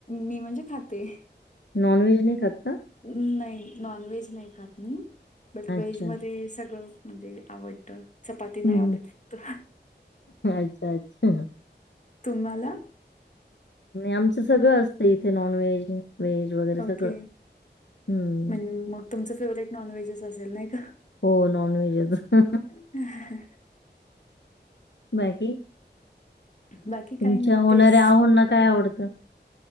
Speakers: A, on the left (about 40°); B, on the left (about 75°).
A: मी म्हणजे खाते.
B: नॉनव्हेज नाही खात का?
A: नाही. नॉन व्हेज नाही खात मी. बट व्हेजमध्ये
B: अच्छा अच्छा
A: सगळं म्हणजे आवडत. चपाती नाही
B: हम्म,
A: आवडत
B: हम्म.
A: फक्त.
B: अच्छा अच्छा
A: तुम्हाला?
B: आमचं सगळं असतं इथे. Non veg. व्हेज. वगैरे सगळं
A: ओके.
B: हम्म
A: म्हणजे मग तुमच फेवरेट नॉन व्हेजच असेल नाही का?
B: हो. नॉनव्हेजच.
A: हम ह ह.
B: बाकी?
A: बाकी काही
B: तुमच्या
A: नाही
B: होणाऱ्या
A: तेच
B: अहोंना काय आवडतं?